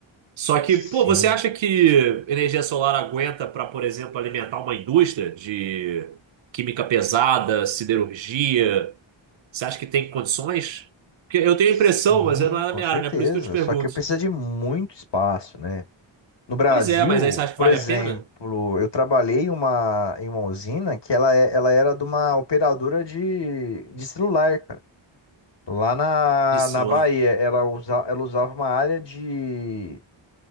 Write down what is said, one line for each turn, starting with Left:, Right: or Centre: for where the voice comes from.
Right: Só que,
Left: Sim.
Right: pô, você acha que energia solar aguenta para, por exemplo, alimentar uma indústria de química pesada, siderurgia? Você acha que tem condições? Porque eu tenho
Left: Sim,
Right: a impressão, mas eu não é
Left: com
Right: da minha
Left: certeza.
Right: área, né? Por isso que eu te pergunto.
Left: Só que precisa de muito espaço, né? No Brasil,
Right: Pois é, mas aí você acha que
Left: por
Right: vale
Left: exemplo,
Right: a pena?
Left: eu trabalhei em uma, em uma usina que ela, é- ela era de uma operadora de, de celular, cara. Lá na,
Right: De celular.
Left: na Bahia, ela, usa, ela usava uma área de,